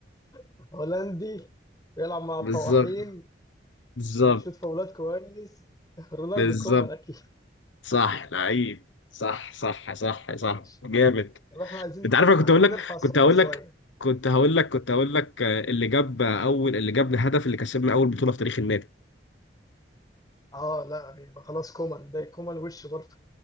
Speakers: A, on the left; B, on the left.
A: <laughs> هولندي بيلعب مع الطواحين
B: بالظبط بالظبط
A: بيشوط فاولات كويس <laughs> رونالدو
B: بالظبط
A: كومان اكيد
B: صح لعيب صح صح صح صح
A: ماشي
B: جامد
A: طب احنا عايزين
B: انت عارف انا كنت
A: عايزين
B: اقول لك
A: نرفع الصعوبة
B: كنت هقول
A: شوية
B: لك كنت هقول لك كنت هقول
A: مين
B: لك آه، اللي جاب اول اللي جاب الهدف اللي كسبنا اول بطولة في تاريخ النادي
A: اه لا يبقى خلاص كومان ده كومان وش برضه